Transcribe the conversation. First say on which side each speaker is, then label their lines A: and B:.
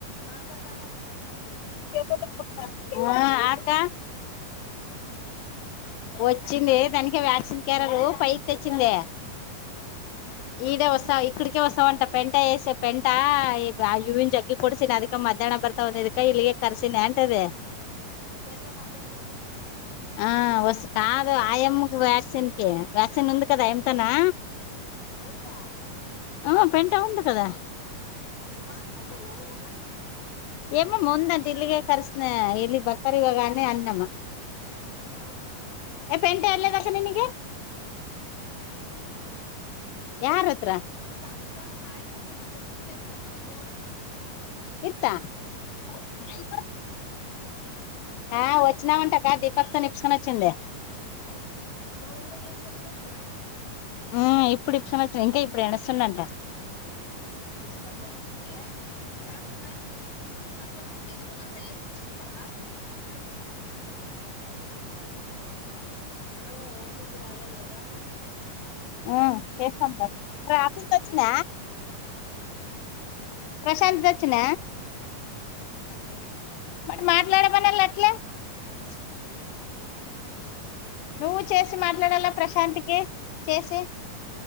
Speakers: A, on the left (about 55°); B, on the left (about 85°).
A: ಮಾಕಾಳ್ ದಲೆದ ಇಂಕಾ
B: <unintelligible> ಹಾ ಆಕ ವಚ್ಚಿಂದಿ ದನಕೆ ವ್ಯಾಕ್ಸಿನ್ ಕ್ಯೆರಿಯರ್ ಪೈಕಿ ತೇಚ್ಚಿಂದೆ <inaudible> ಈಡೇ ವಾಸ್ತವ <unintelligible> ಅಕ್ಕಡಿಕೆ ಹೊಸ್ತವಂಟ ಪೆಂಟ ಎಏಸಿ ಪೆಂಟ ಈ ಇವಿನ ಜಗ್ಗಿ ಕೊಡಸಿ ನ ಅದಕ್ಕೆ ಮಧ್ಯಾಹ್ನ ಬರತ್ವ ಅದಿದಕೆ ಕೈ ಇಲ್ಲಿಗೆ ಕರ್ಸಿ ನೆಂಟದೆ
A: ಪೇಂಟ ಮಧ್ಯಾಹ್ನ ವಸದಟಾನ
B: ಹ ವಸ್ ಕದು ಆ ಎಮ ವ್ಯಾಕ್ಸಿನ್ ಕಿ ವ್ಯಾಕ್ಸಿನ್ ಉಂದು ಕದಾ ಆಮಂತನಾ
A: ಉಂದಾ
B: ಹ್ಮ್ ಪೆಂಟ ಉಂದು ಕದಾ
A: ಮಾಂಕಂತ ಲೇದು ಕದಾ
B: ಏಮ್ಮ ಮುಂದಂತ ಇಲ್ಲಿಗೆ ಕರ್ಸನ ಇಲ್ಲಿ ಬರ್ಕಾರಿ ಇವಾಗಾನೇ ಅಣ್ಣಮ್ಮ
A: ಹ್ಮ ಹ್ಮ
B: ಎ ಪೆಂಟೇ ಎಲೆದಕ ನೀನಗೆ
A: <inaudible> ಹ್ಮ್
B: ಯಾರ ಹತ್ರ
A: ಕಾಸುದ ಸಾಯಂತ್ರಮ್ ನಾ ಕೊಡೋಕ್ <unintelligible> ಫೋನ್
B: ಇತ್ತ <inaudible> ಹಾ ವಾಚಿನವಟ್ಟಕ ದೀಪಕ್ ತೋ ಇಪೊಸ್ಕೊ ವಚಿಂದಿ
A: ಫೋನ್ ಕೂಡ ಚೇಸಿ ಚೊಪ್ಪುಲೆದು ಚುಡು
B: ಹ್ಮ್ ಇಪ್ಪುಡು ಇಪೋಸ್ಕೊಡ್ ಇಂಕ ಎನ ಸುಣಟ
A: ಇಸ್ಕೊಂಡು ಬಯಂಟಿಟೇ ಕಸುದಾ ಸಾಯಂತ್ರಾಮ್ ನ ಕೊಡ್ಕು ತಿಸ್ಕೊಂವಸ್ಥೆ <unintelligible> ಪಿಸುಸ್ತವ <inaudible> ಹ್ಮ್ ಓ ಟಿ ಪಿ ರಾಲೇದ್ಗದ
B: ಹ್ಮ್ ಸಸ ಬ್ ಆಫೀಸ್ ವಚ್ಚಿನ ಪ್ರಶಾಂತ್ ದಕ್ಷಣ
A: ಚನ್ನ
B: ಮ ಮತ್ ಲಡ ಬನ್ನಲ್ಲ ಅಲ್ಲ
A: <unintelligible>
B: ನವು ಚಸ ಮಾತ್ಲಡಲ್ಲ ಪ್ರಶಾಂತ್ಗೆ ಚಸಿ